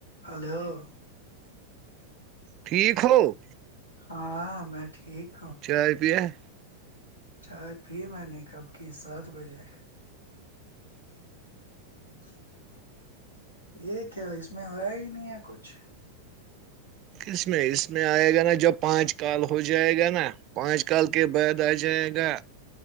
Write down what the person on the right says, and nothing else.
ٹھیک ہو <unintelligible>
چائے پیا <unintelligible>
اس میں اس میں آئے گا نا جب پانچ کال ہو جائے گا نا <unintelligible> پانچ کال کے بعد آ جائے گا